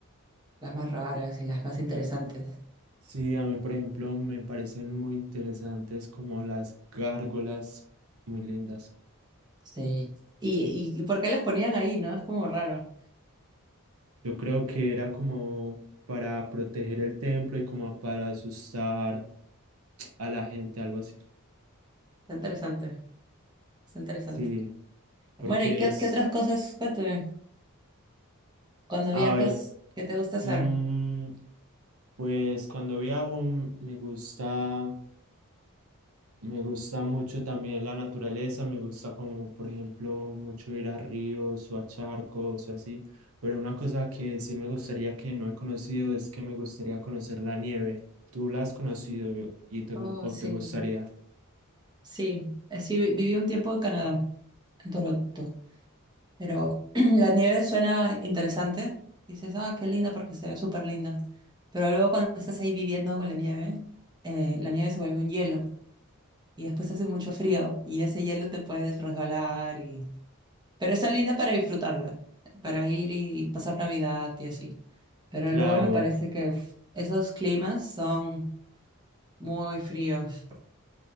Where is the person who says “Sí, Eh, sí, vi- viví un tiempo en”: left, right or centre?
Right